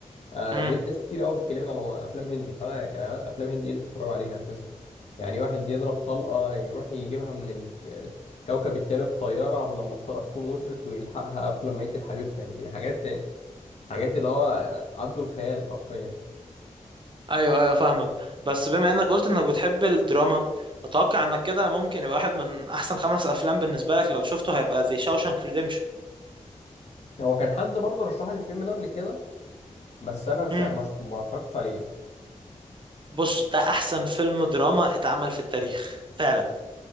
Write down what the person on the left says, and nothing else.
آه،
لقيت ناس كتير قوي بتكلمني على م- افلام هندي فانا ك- افلام هندي ايه اللي بتتفرجوا عليها اساسا يعني واحد يضرب طلقة يروح يجيبها من ال- الكوكب التاني بطيارة قبل لما الطلقة تكون وصلت ويلحقها قبل ما يقتل حبيبته يعني دي حاجات يعني حاجات اللي هو عدوا الخيال حرفيا
هو كان حد برضه رشح لي الفيلم ده قبل كده بس انا مش
ما ما اتفرجتش عليه